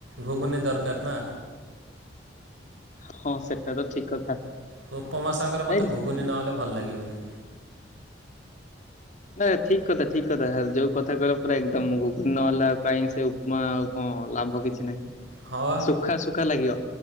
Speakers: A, on the right; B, on the left.
A: ଘୁଗୁନି ଦରକାର ନା।
B: ହଁ ସେଟା ତ ଠିକ କଥା।
A: ତ ଉପମା ସାଙ୍ଗରେ
B: ନାଇଁ
A: ମୋତେ ଘୁଘୁନି ନହେଲେ ଭଲ ଲାଗିବନି।
B: ନାଇ ଠିକ କଥା ଠିକ କଥା ଯୋଉ କଥା କହିଲ ପୁରା ଏକଦମ ଘୁଗୁନି ନହଲା କାଇଁ ସେ ମୋ ଆଉ କଣ ଲାଭ କିଛି ନାହିଁ।
A: ହଁ।
B: ଶୁଖା ଶୁଖା ଲାଗିଵ।